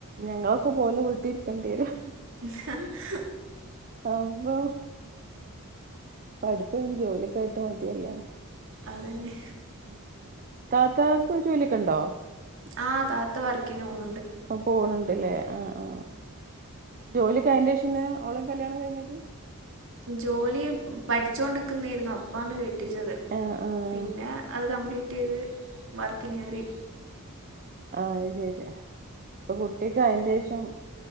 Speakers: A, on the right; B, on the right.
A: ഞങ്ങളൊക്കെ പോലും വീട്ടി ഇരിക്കേണ്ടി വരും
B: <unintelligible>
A: അപ്പൊ പഠിപ്പ് കഴിഞ്ഞ് ജോലിയൊക്കെ ആയിട്ട് മതി കല്യാണം
B: അതന്നെ
A: ഉം ഉം താത്താക്ക് ജോലിയൊക്കെ ഉണ്ടോ
B: ആഹ് താത്ത വർക്കിന് പോവും
A: പോണണ്ട്ല്ലേ ആ ആ ജോലിക അയിന്റെ ശേഷന്നെ ഓളയും കല്ല്യാണം കഴിഞ്ഞത്
B: ജോലി പഠിച്ചോണ്ടിരിക്കുന്നായിരുന്നു അപ്പാണ് കേ <unintelligible>
A: ആഹ് ആഹ്
B: പിന്നെ അത് കംപ്ലീറ്റ് ചെയ്ത് വർക്കിന് കേറി
A: ആഹ ശരി ഇപ്പൊ കുട്ടിക്ക് അന്റെശം